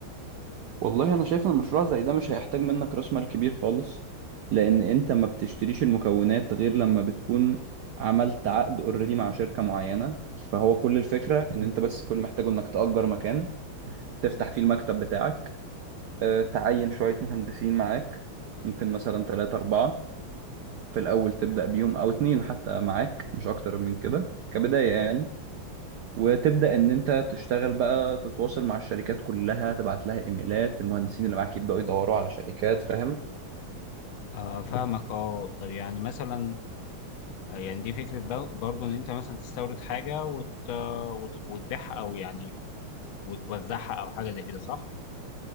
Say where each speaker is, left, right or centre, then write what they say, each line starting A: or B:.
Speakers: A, on the right; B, on the left.
A: والله انا شايف ان مشروع زي ده مش هيحتاج منك راس مال كبير خالص لان انت ما بتشتريش المكونات غير لما بتكون عملت عقد اوريدي مع شركه معينه فهو كل الفكره ان انت بس كل اللي محتاجه انك تأجر مكان تفتح فيه المكتب بتاعك آه، تعين شويه مهندسين معاك ممكن مثلا ثلاثة أربعة في الأول تبدأ بيوم أو اتنين حتى معاك مش أكتر من كده كبداية يعني وتبدأ إن أنت تشتغل بقى تتواصل مع الشركات كلها تبعت لها إيميلات المهندسين اللي معاك يبدأوا يدوروا على شركات فاهم
B: آه، فاهمك اه طب يعني مثلا آه، يعني دي فكره بر- برضو ان انت مثلا تستورد حاجه وت... وت... وتبيعها او يعني وتوزعها او حاجه زي كده صح